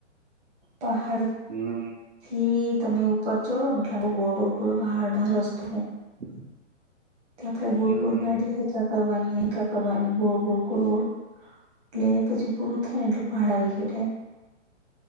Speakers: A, on the right; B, on the right.
A: પહાડ
B: હમ્મ
A: થી તમે ઉપર ચડો ને એટલે બહુ ગળ ગોડો પહાડમાં રસ્તો
B: <inaudible>
A: આપણે ગોળ
B: હમ
A: ગોળ ગાડી એક ક કરવાની એક કા કરવાની ગોળ ગોળ ગોળ ગોળ એટલે પછી પૂરું થઈ ને એટલે પહાડ આવી જાયે ડાયરેક